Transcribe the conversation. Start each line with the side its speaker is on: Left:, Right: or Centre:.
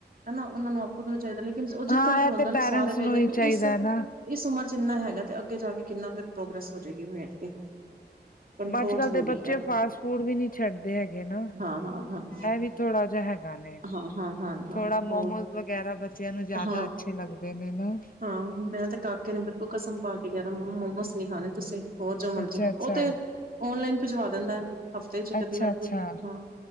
Right: ਹਨਾ। ਉਹਨਾਂ ਨੂੰ ਨੂੰ ਚਾਹੀਦਾ, ਲੇਕਿਨ ਉਹ
Left: ਹਾਂ
Right: ਜਿੱਥੇ ਵੀ ਖਿਲਾਉਂਦਾ
Left: ਇਹ ਤੇ
Right: ਨਾ,
Left: ਪੈਰੈਂਟਸ
Right: ਉਹ ਸਾਰੇ ਵੇਖਦੇ
Left: ਨੂੰ
Right: ਨੇ
Left: ਹੀ
Right: ਵੀ
Left: ਚਾਹੀਦਾ
Right: ਇਸ
Left: ਨਾ
Right: ਇਸ ਉਮਰ ਚ ਇੰਨਾ ਹੈਗਾ। ਤੇ ਅੱਗੇ ਜਾ ਕੇ ਕਿੰਨਾ ਫਿਰ ਪ੍ਰੋਗਰੈਸ ਹੋ ਜਾਏਗੀ ਵੇਟ ਤੇ। ਕੰਟਰੋਲ
Left: ਅੱਜ ਕੱਲ
Right: ਜ਼ਰੂਰੀ
Left: ਦੇ ਬੱਚੇ
Right: ਹੈ
Left: ਫਾਸਟ ਫੂਡ ਵੀ ਨੀ ਛੱਡਦੇ ਹੈਗੇ ਨਾ।
Right: ਹਾਂ ਹਾਂ ਹਾਂ
Left: ਇਹ ਵੀ ਥੋੜਾ ਜਹਾ ਹੈਗਾ ਨੇ।
Right: ਹਾਂ ਹਾਂ ਹਾਂ ਹਾਂ
Left: ਥੋੜਾ
Right: ਹੋਰ
Left: ਮੋਮੋਸ ਵਗੈਰਾ ਬੱਚਿਆਂ ਨੂੰ ਜ਼ਿਆਦਾ
Right: ਹਾਂ
Left: ਅੱਛੇ ਲੱਗਦੇ ਨੇ ਨਾ।
Right: ਹਾਂ, ਮੈਂ ਤੇ ਕਾਕੇ ਨੇ ਬਿਲਕੁਲ ਕਸਮ ਪਾ ਕੇ ਕਿਹਾ, ਮੋਮਸ ਨੀ ਖਾਣੇ ਤੁਸੀਂ। ਹੋਰ ਜੋ ਮਰਜ਼ੀ
Left: ਅੱਛਾ,
Right: ਉਹ।
Left: ਅੱਛਾ,
Right: ੳਤੇ ਓਨਲਾਈਨ ਭਜਵਾ ਦਿੰਦਾ। ਹਫ਼ਤੇ ਚ'
Left: ਅੱਛਾ,
Right: ਕੀ ਵਾਰ
Left: ਅੱਛਾ
Right: ਹਾਂ।